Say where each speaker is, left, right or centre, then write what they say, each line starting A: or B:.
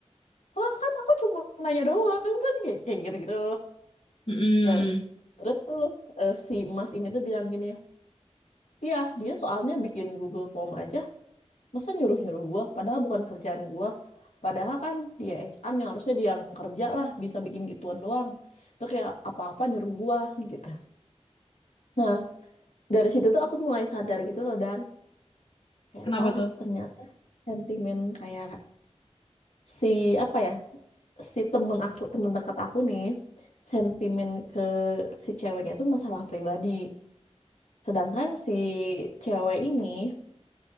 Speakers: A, on the left (about 85°); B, on the left (about 50°).
A: oh kan aku cuma nanya doang kan kayak kayak gitu-gitu
B: Mm-mm.
A: Nah Terus tuh eh, si Mas ini tuh bilang gini, ya dia soalnya bikin Google Form aja, masa nyuruh-nyuruh gua, padahal bukan kerjaan gua. Padahal kan dia HR yang harusnya dia yang kerja lah, bisa bikin gituan doang. Itu kayak apa-apa nyuruh gua gitu. Nah, dari situ tuh aku mulai sadar gitu loh dan kayak
B: Kenapa
A: oh
B: tuh?
A: ternyata sentimen kayak si apa ya, si temen aku, temen dekat aku nih, sentimen ke si ceweknya tuh masalah pribadi. Sedangkan si cewek ini